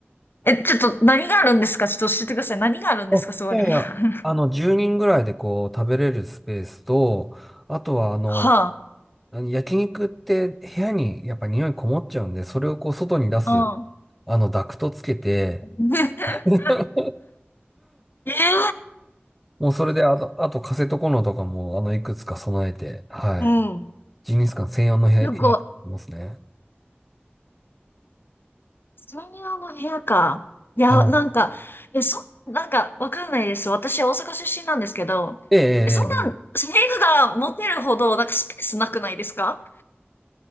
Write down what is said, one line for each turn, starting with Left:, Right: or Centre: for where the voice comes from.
Left: え、ちょっと何があるんですかちょっと教えてください。何があるんですかそこに。
Centre: あ、いやいや、
Left: <laughs>
Centre: あの、10人ぐらいでこう、食べれるスペースと、あとはあの、
Left: は
Centre: あの焼肉って部屋にやっぱ匂いこもっちゃうんで、それをこう、外に出す、
Left: あ。うん。
Centre: あの、ダクトつけて、
Left: <laughs>
Centre: <laughs>
Left: ええ
Centre: もうそれで、あと、あとカセットコンロとかも、あの、いくつか備えて、はい。
Left: うん。
Centre: ジンギスカン専用の部屋、
Left: すごい。
Centre: 部屋作りますね。
Left: 専用の部屋か。いや、
Centre: はい。
Left: なんか、え、そ、なんか、わかんないです。私、大阪出身なんですけど、
Centre: ええええええ
Left: え、そんな、部屋が持てるほど、なんかスペースなくないですか